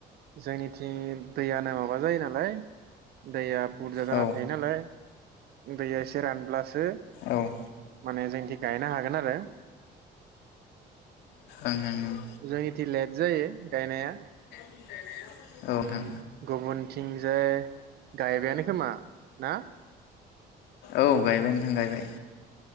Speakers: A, on the right; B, on the left.
A: जोंनिथिं दैयानो माबा जायो नालाय दैया बुरजा जाना
B: औ ओं
A: थायो नालाय दैया एसे रानब्लासो
B: ओं
A: माने जोंथि गायनो हागोन आरो।
B: ओं
A: जोंनिथि लेट जायो गायनाया
B: <unintelligible> नोंथां
A: उम गुबुनथिं जे गायबायानो खोमा ना?
B: औ गायबाय नोंथां गायबाय।